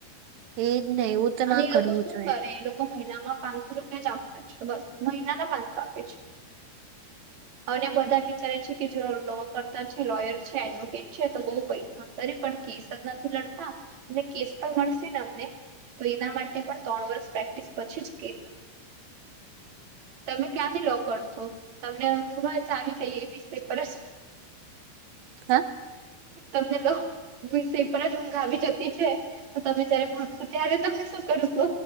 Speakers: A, on the right; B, on the right.
A: એજ ને એવું તો
B: અને
A: ના
B: એ
A: કરવું
B: લોકો શું
A: જોઈએ
B: કરે એ લોકો મહિનામાં પાંચસો રૂપ એ જ આપતા છે બસ મહિના ના પાંચસો આપે છે. અને બધા વિચારે છે કે જો લો કરતા છે લોયર છે એડવોકેટ છે તો બઉ પૈસા છે. ત પણ કેસ જ નથી લડતા અને કેસ પણ મળશે ને અમને તો એના માટે પણ ત્રણ વર્ષ પ્રેક્ટિસ પછી જ કે તમે ક્યાંથી લો કર સો તમને <unintelligible> આવી જાયએ એ વિસ્ટ્રી પર જ
A: હ
B: તમને લો વિષય પણ જ ઊંઘ આવી જતી છે. તો તમે જયારે ભણશો ત્યારે તમે શું કર સો